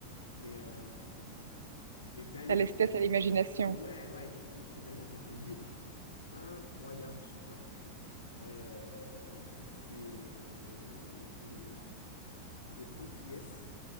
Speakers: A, on the left (about 80°); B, on the right (about 70°).
A: Mais, euh, mais d'ailleurs,
B: Ça laisse place à l'imagination.
A: ouais, ouais, exactement. Et d'ailleurs, il y a un livre incroyable sur ça euh, c'est euh, de, de Franck Fies.